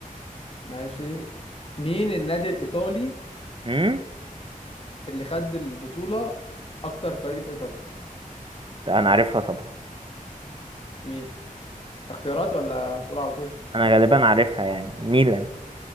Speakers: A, on the left; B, on the right.
A: ماشي مين النادي الإيطالي
B: امم
A: اللي خد البطولة أكتر فريق في إيطاليا
B: انا عارفها طبعا
A: مين اختيارات ولا هتقول على طول
B: انا غالبا عارفها يعني ميلان